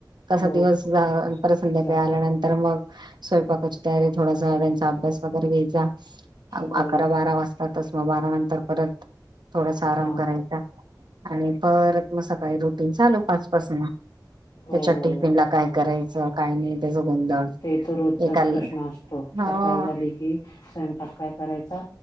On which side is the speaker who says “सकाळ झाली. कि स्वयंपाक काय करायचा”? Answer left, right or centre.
Left